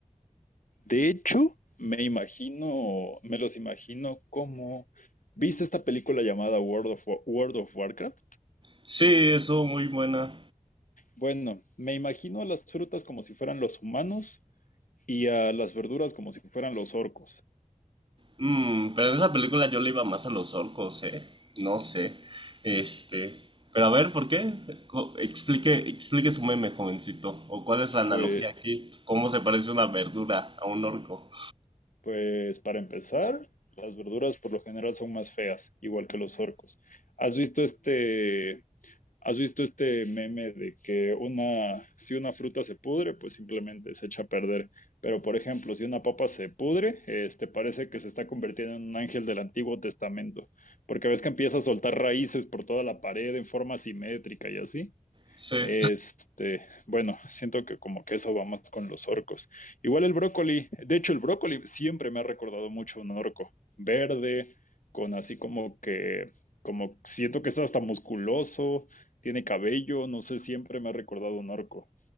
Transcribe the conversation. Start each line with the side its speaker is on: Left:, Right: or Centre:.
Left: De hecho, me imagino, me los imagino como... ¿Viste esta película llamada World of, World of Warcraft?
Right: Sí, eso muy buena.
Left: Bueno, me imagino a las frutas como si fueran los humanos y a las verduras como si fueran los orcos.
Right: Mm, pero en esa película yo le iba más a los orcos, ¿eh? No sé. Este. Pero a ver, ¿por qué? Co- Explique, explique su meme, jovencito. ¿O cuál es la analogía
Left: Pues,
Right: aquí? ¿Cómo se parece una verdura a un orco?
Left: pues para empezar, las verduras por lo general son más feas, igual que los orcos. ¿Has visto este, has visto este meme de que una, si una fruta se pudre, pues simplemente se echa a perder? Pero por ejemplo, si una papa se pudre, este parece que se está convirtiendo en un ángel del Antiguo Testamento, porque ves que empieza a soltar raíces por toda la pared en forma simétrica y así.
Right: Sí.
Left: Este, bueno, siento que como que eso va más con los orcos. Igual el brócoli, de hecho el brócoli siempre me ha recordado mucho un orco, verde, con así como que, como siento que está hasta musculoso, tiene cabello, no sé, siempre me ha recordado un orco.